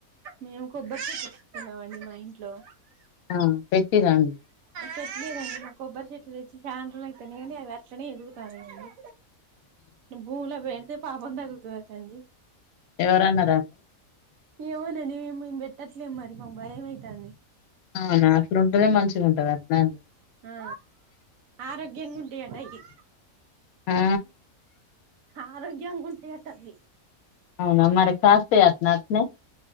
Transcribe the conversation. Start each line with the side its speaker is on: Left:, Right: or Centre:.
Right: మేము కొబ్బరి చెట్టు పెంచుతున్నామండి మా ఇంట్లో
Left: ఆ పెట్టిరండి
Right: చెట్నీ కండి మా కొబ్బరి చెట్లు తెచ్చి చానా రోజులయితాంది కాని అవి అట్టనే ఎదుగుతా వున్నాయి భూమిలా పెడితే పాపం తగులుతది అటా అండి
Left: ఎవరు అన్నారండి
Right: ఏమోనండి మేం పెట్టట్లేం మరి మాకు భయంమయతంది
Left: ఆవునా అట్లు ఉంటేనే మంచిగా ఉంటది అట్లాన్ని
Right: ఆ ఆరోగ్యంగా ఉంటయి అటా అయి
Left: ఆ
Right: ఆరోగ్యంగా ఉంటాయి అటా అవి
Left: అవునా మారి కాస్తయాత్న అట్నే